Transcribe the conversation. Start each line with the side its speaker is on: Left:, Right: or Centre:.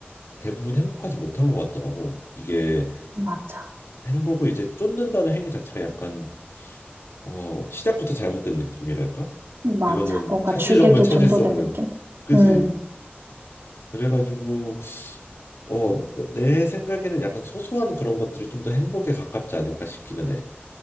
Left: 대부분 행복하지 못한 것 같더라고. 이게
Right: 맞아.
Left: 행복을 이제 쫓는다는 행위 자체가 약간 어, 시작부터 잘못된 느낌이랄까?
Right: 맞아.
Left: 이거는
Right: 뭔가
Left: 찾으려면
Right: 주객이
Left: 찾을
Right: 전도된
Left: 수 없는,
Right: 느낌?
Left: 그지?
Right: 음,
Left: 그래가지고 어, 내, 생각에는 약간 소소한 그런 것들이 좀 더 행복에 가깝지 않을까 싶기는 해.